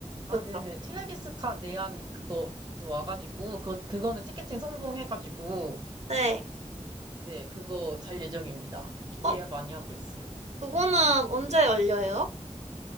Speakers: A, on the right; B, on the right.
A: 아,
B: 맞죠?
A: 네네. 트래비스 캇 내한 그거도 와가지고, 그거, 그거는 티켓팅 성공해가지고,
B: 네.
A: 네, 그거 갈 예정입니다. 기대
B: 어,
A: 많이 하고 있어요.
B: 그거는 언제 열려요?